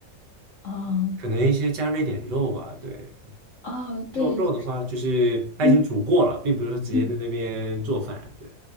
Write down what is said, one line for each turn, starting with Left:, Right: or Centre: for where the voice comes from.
Left: 哦
Right: 可能一些加热一点肉吧，对。
Left: 哦，
Right: 肉肉的话，
Left: 对，就是
Right: 就是它已经煮过了，
Left: 嗯。
Right: 并不是说直接在那边做饭。
Left: 嗯
Right: 对，